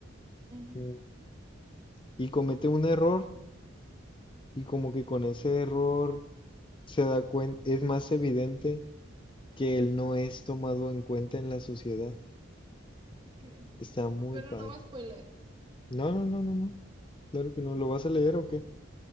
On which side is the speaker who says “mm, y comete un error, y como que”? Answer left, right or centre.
Left